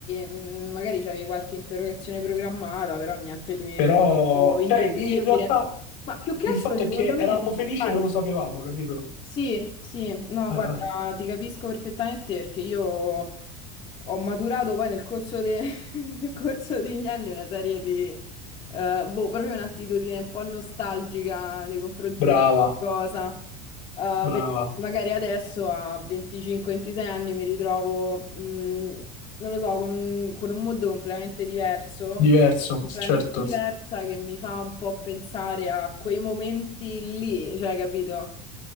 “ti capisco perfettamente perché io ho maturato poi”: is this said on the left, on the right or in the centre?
Left